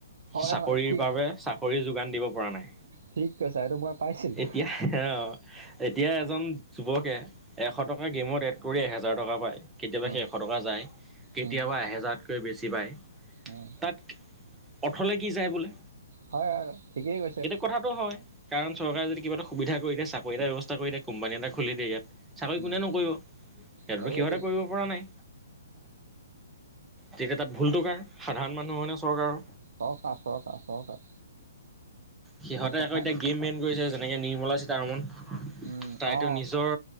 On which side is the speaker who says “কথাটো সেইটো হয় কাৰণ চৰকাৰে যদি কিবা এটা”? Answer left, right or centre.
Centre